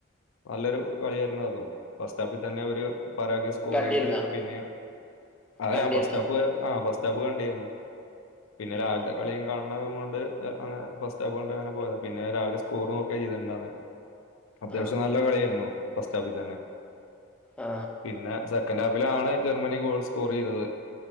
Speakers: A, on the left (about 80°); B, in the centre.
A: നല്ലൊരു കളിയായിരുന്നു അതും ഫസ്റ്റ് ഹാഫിൽ തന്നെ ഒരു പരാഗ് സ്കോർ
B: കണ്ടിരുന്നോ
A: ചെയ്ത് പിന്നെ അതെ
B: കണ്ടിരുന്നോ
A: ഫസ്റ്റ് ഹാഫ് ഫസ്റ്റാഫ് കണ്ടിന്നു പിന്നെ
B: ഉം
A: രാവിലത്തെ
B: ഉം
A: കളിയും കാണ <unintelligible> ഫസ്റ്റ് ഹാഫ് കണ്ടങ്ങനെ പോയതാ പിന്നെ രാവിലെ സ്കോറ് നോക്കാ ചെയ്ത്ണ്ടാന്നെ. അത്യാവശ്യം
B: ആ
A: നല്ല കളിയായിരുന്നു ഫസ്റ്റാഫി തന്നെ
B: ആ
A: പിന്നെ സെ സെക്കൻഡ് ഹാഫിലാണ് ജർമ്മനി ഗോൾ സ്കോർ ചെയ്തത്.